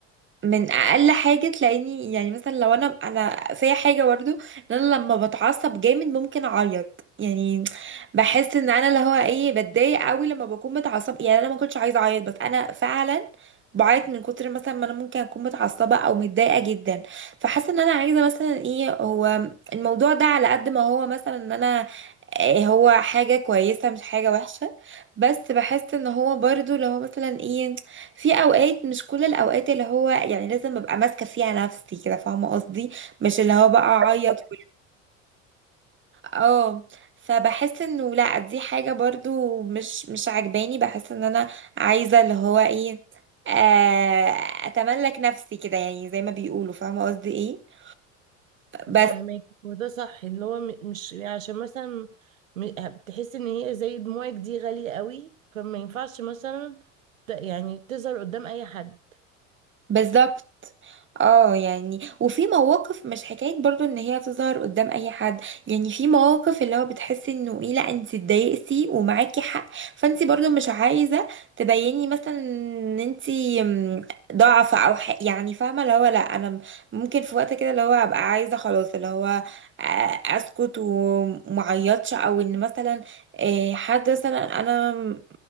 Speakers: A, on the right (about 30°); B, on the right (about 80°).
A: من اقل حاجه تلاقيني يعني مثلا لو انا انا فيا حاجه برضو ان انا لما بتعصب جامد ممكن اعيط يعني بحس ان انا اللي هو ايه بتضايق قوي لما بكون متعصبه يعني انا ما كنتش عايزه اعيط بس انا فعلا بعيط من كتر مثلا ما انا ممكن اكون متعصبه او متضايقه جدا فحاسه ان انا عايزه مثلا ايه هو الموضوع ده على قد ما هو مثلا ان انا إيه هو حاجه كويسه مش حاجه وحشه بس بحس ان هو برضو لو مثلا ايه في اوقات مش كل الاوقات اللي هو يعني لازم ابقى ماسكه فيها نفسي كده فاهمه قصدي مش اللي هو بقى اعيط و- اه فبحس انه لا دي حاجه برضو مش مش عاجباني بحس ان انا عايزه اللي هو ايه آه، اتملك نفسي كده يعني زي ما بيقولوا فاهمه قصدي ايه بس
B: فهمك وده صح ان هو م- مش يعني عشان مثلا م- بتحس ان هي زي دموعك دي غالية قوي فما ينفعش مثلا ت- يعني تظهر قدام اي حد
A: بالظبط اه يعني وفي مواقف مش حكاية برضو ان هي تظهر قدام اي حد يعني في مواقف اللي هو بتحسي انه ايه لا انت اتضايقتي ومعاكي حق فانت برضو مش عايزة تبيني مثلا ان انت م- ضعفة او حق يعني فاهمة اللي هو لا انا م- ممكن في وقت كده اللي هو ابقى عايزة خلاص اللي هو آه، اسكت ومعيطش او ان مثلا آه، حد مثلا انا م-